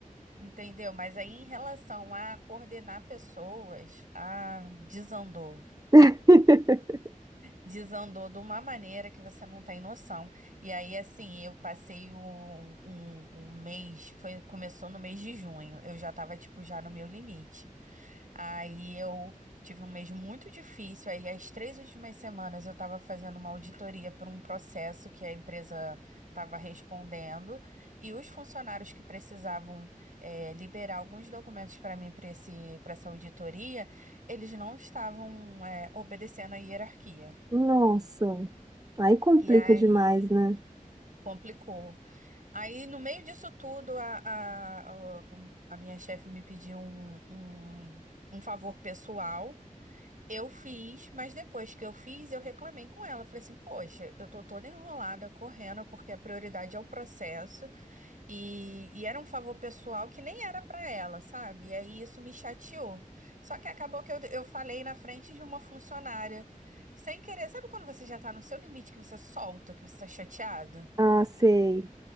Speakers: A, on the right; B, on the right.
A: Entendeu? Mas aí em relação a coordenar pessoas, ah, desandou.
B: <laughs>
A: Desandou de uma maneira que você não tem noção. E aí, assim, eu passei um, um, um mês, foi, começou no mês de junho, eu já tava, tipo, já no meu limite. Aí eu tive um mês muito difícil, aí as três últimas semanas eu tava fazendo uma auditoria por um processo que a empresa tava respondendo, e os funcionários que precisavam, eh, liberar alguns documentos para mim, para esse, para essa auditoria, eles não estavam, eh, obedecendo a hierarquia.
B: Nossa, aí complica
A: E aí
B: demais, né?
A: complicou. Aí, no meio disso tudo, a, a, a, o- a minha chefe me pediu um, um, um favor pessoal. Eu fiz, mas depois que eu fiz, eu reclamei com ela. Falei assim, poxa, eu tô toda enrolada, correndo, porque a prioridade é o processo. E, e era um favor pessoal que nem era pra ela, sabe? E aí isso me chateou. Só que acabou que eu, eu falei na frente de uma funcionária, sem querer. Sabe quando você já tá no seu limite, que você solta, que você tá chateado?
B: Ah, sei.